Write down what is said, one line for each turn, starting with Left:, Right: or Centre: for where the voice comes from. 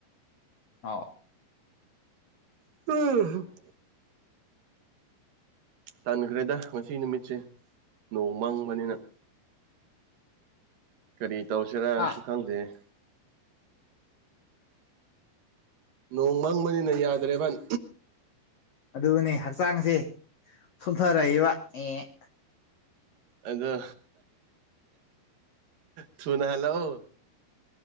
Left: ꯑ
Right: <unintelligible> ꯇꯥꯟꯈ꯭ꯔꯦꯗ ꯉꯁꯤ ꯅꯨꯃꯤꯠꯁꯦ ꯅꯣꯡ ꯃꯪꯕꯅꯤꯅ ꯫ ꯀꯔꯤ ꯇꯧꯁꯤꯔꯥꯁꯨ
Left: ꯍꯥ
Right: ꯈꯪꯗꯦ ꯫ ꯅꯣꯡ ꯃꯪꯕꯅꯤꯅ ꯌꯥꯗ꯭ꯔꯦꯕ ꯫
Left: ꯑꯗꯨꯅꯦ ꯍꯛꯆꯥꯡꯁꯦ ꯁꯣꯊꯔꯛꯏꯕ ꯑꯦ ꯫
Right: ꯑꯗꯨꯗꯣ ꯊꯨꯅ ꯍꯜꯂꯛꯑ‌ꯣ